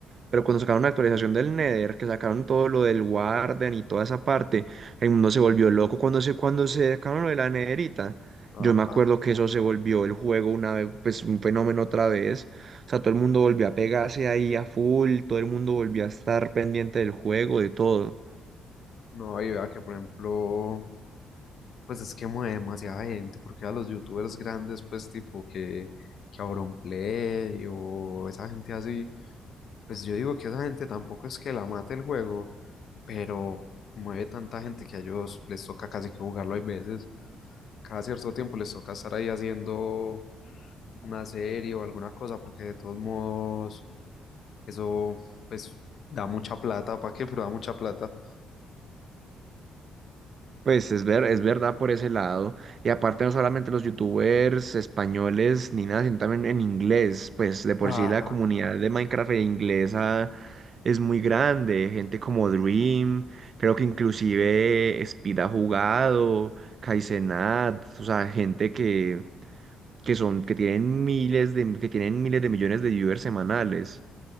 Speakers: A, on the right; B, on the left.
A: pero cuando sacaron una actualización del Nether, que sacaron todo lo del Warden y toda esa parte, el mundo se volvió loco cuando se, cuando se sacaron lo de la Netherita.
B: Ajá.
A: Yo me acuerdo que eso se volvió el juego una vez, pues un fenómeno otra vez. O sea, todo el mundo volvió a pegarse ahí a full, todo el mundo volvió a estar pendiente del juego, de todo.
B: No, y vea que por ejemplo, pues es que mueve demasiada gente, porque a los youtubers grandes, pues tipo que, que Auronplay o esa gente así, pues yo digo que esa gente tampoco es que la mate el juego, pero mueve tanta gente que a ellos les toca casi que jugarlo hay veces. cada cierto tiempo les toca estar ahí haciendo una serie o alguna cosa, porque de todos modos eso pues da mucha plata, ¿para qué? Pero da mucha plata.
A: Pues es ver, es verdad por ese lado. Y aparte no solamente los youtubers españoles ni nada, sino también en inglés. Pues de por
B: Ajá,
A: sí la comunidad de Minecraft e inglesa es muy grande. Gente como Dream, creo que inclusive Speed ha jugado, Kaizenat, o sea, gente que, que son, que tienen miles de, que tienen miles de millones de viewers semanales.